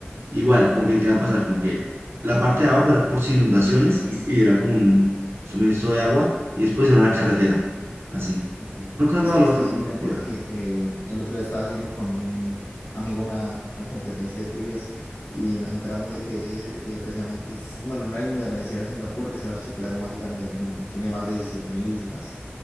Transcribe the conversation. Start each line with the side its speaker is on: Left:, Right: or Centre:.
Right: igual, como que querían pasar, como que la parte
Left: ok,
Right: de abajo era por si inundaciones y, y era como un suministro de agua y después era una carretera, así.
Left: ok.
Right: Una cosa
Left: Es
Right: toda
Left: que,
Right: loca,
Left: es que sí,
Right: una
Left: mira
Right: locura.
Left: que, que, que el otro día estaba haciendo con un amigo una, una competencia de trivias y nos enteramos de que eh, precisamente es, bueno, no era Indonesia, era Singapur, es el archipiélago más grande del mundo, tiene más de diecisiete mil islas.